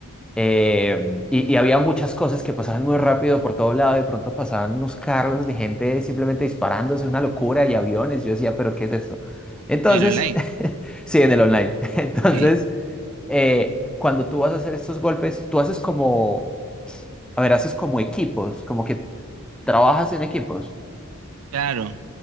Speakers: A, in the centre; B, on the right (about 80°).
A: Eh, y, y había muchas cosas que pasaban muy rápido por todo lado, de pronto pasaban unos carros de gente simplemente disparándose, una locura, y aviones, yo decía, pero ¿qué es esto? Entonces,
B: en el online.
A: <laughs> sí, en el online. <laughs> Entonces,
B: Sí,
A: eh, cuando tú vas a hacer estos golpes, tú haces como... A ver, haces como equipos, como que ¿Trabajas en equipos?
B: claro.